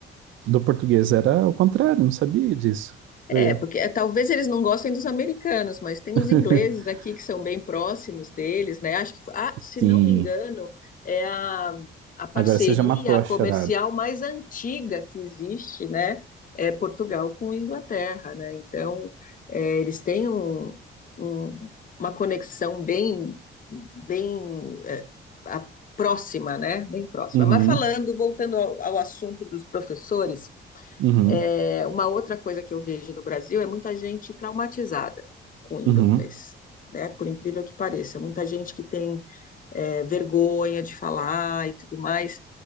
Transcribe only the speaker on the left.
É,
porque é, talvez eles não gostem dos americanos, mas tem
os ingleses aqui que são bem próximos deles, né? Acho que, ah, se
não me engano, é a, a parceria
comercial
mais antiga que existe, né? É Portugal com Inglaterra, né? Então, é, eles têm um- um- uma conexão bem, bem é, a- próxima, né? Bem próxima.
Mas falando, voltando ao ao assunto dos professores.
É, uma outra coisa que eu vejo no Brasil é muita gente traumatizada com o inglês,
né? Por incrível que pareça, muita gente que tem é, vergonha de falar e tudo mais.